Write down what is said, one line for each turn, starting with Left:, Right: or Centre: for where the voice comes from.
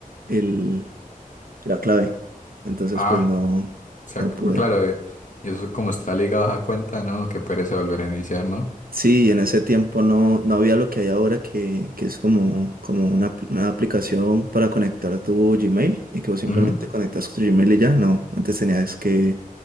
Right: el... era clave. Entonces,
Left: Ah,
Right: pues no,
Left: O sea,
Right: no
Left: que-
Right: pude.
Left: pues, claro, eh, y eso es como está ligado a esa cuenta, ¿no? que pereza volver a iniciar, ¿no?
Right: Sí, y en ese tiempo no, no había lo que hay ahora, que, que es como, como una, apl- una aplicación para conectar tu Gmail y que vos simplemente
Left: Ujú,
Right: conectas tu Gmail y ya. No, antes tenías que,